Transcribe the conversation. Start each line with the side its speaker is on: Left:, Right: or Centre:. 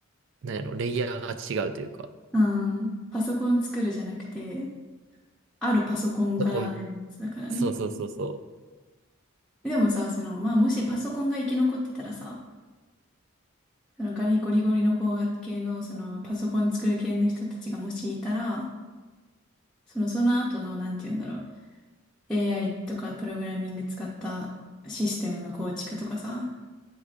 Right: なんやろ、レイヤーが違うというか、
Centre: うん、パソコン作るじゃなくて、あるパソコンからやるやつだからね。
Right: そこ、そうそうそうそ
Centre: でもさ、その、まあ、もしパソコンが生き残ってたらさ、そのガリゴリゴリの工学系の、その、パソコン作る系の人たちがもしいたら、その、その後の、なんて言うんだろう。AI とかプログラミング使ったシステムの構築とかさ、